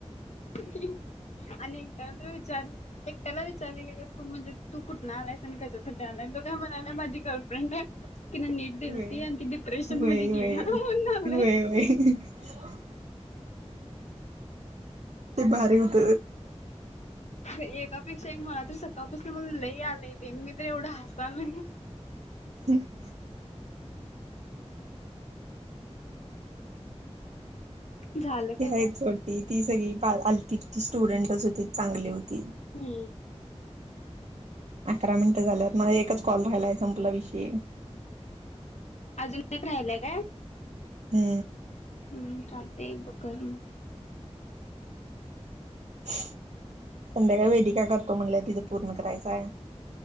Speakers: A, on the left; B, on the right.
A: अनी कायतरी विचारल. एक त्याला विचारलेल का म्हणजे तू कुठून आलायस आण कश्या साठी आलाय तो काय म्हणाला माझी गर्लफ्रेंड आहे. ति न नीट दिल
B: व्हय
A: ती आणि ती डिप्रेशन
B: व्हय
A: मध्ये
B: व्हय.
A: गेली. <unintelligible>
B: <unintelligible> ते भारी होत.
A: एकापेक्षा एक मलातरी सकाळपासून मला लई आलं ते मी तर एवढं हसा <unintelligible>
B: <inaudible>
A: झालं
B: ती
A: काय
B: आहेत
A: बघ
B: सोडती ती सगळी पा आलति ती स्टुडंटच होती चांगली होती.
A: हू!
B: अकरा मिनिटं झाल्यात ना एकच कॉल राहिला आहे संपला विषय.
A: अजून एक राहिलाय काय?
B: हू!
A: हू चालतेय बकर
B: संध्याकाळी वेदी काय करतो म्हणल्या तिथं पूर्ण करायचाय.